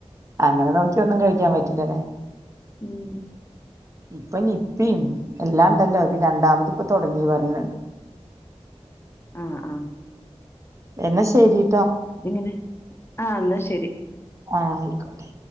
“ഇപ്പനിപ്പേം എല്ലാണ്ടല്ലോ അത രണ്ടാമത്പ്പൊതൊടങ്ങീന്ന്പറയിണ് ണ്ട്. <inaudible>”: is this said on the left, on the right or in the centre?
Right